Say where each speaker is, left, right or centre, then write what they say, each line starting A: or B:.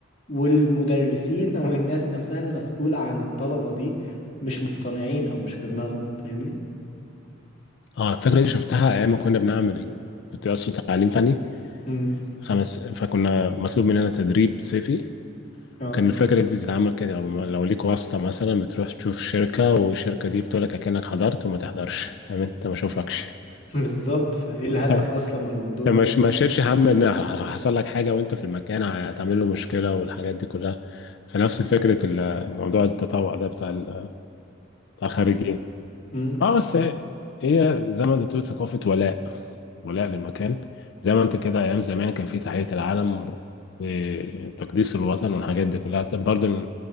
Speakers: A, on the left (about 35°); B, on the left (about 60°).
A: والمدرسين او الناس نفسها المسؤولة عن الطلبة دي مش مقتنعين او مش في دماغهم فاهمني؟
B: اه الفكرة دي شفتها أيام ما كنا بنعمل ال- كنت أصلا تعليم فني
A: امم
B: خمس فكنا مطلوب مننا تدريب صيفي
A: اه
B: وكان الفكرة دي بتتعمل كده لو لو ليك واسطة مثلا بتروح تشوف شركة والشركة دي بتقولك أكنك حضرت وما تحضرش فاهم أنت ما شوفكش
A: <laughs> بالظبط فايه الهدف
B: <laughs>
A: اصلا من الموضوع؟
B: فما ش- ما شيلش هم إن حصل لك حاجة وأنت في المكان هتعمل له مشكلة والحاجات دي كلها فنفس فكرة ال- موضوع التطوع ده بتاع ال- بتاع الخريجين
A: امم
B: اه بس هي زي ما انت بتقول ثقافة ولاء ولاء للمكان زي ما انت كده ايام زمان كان في تحية العلم و- وتقديس الوطن والحاجات دي كلها طب برضه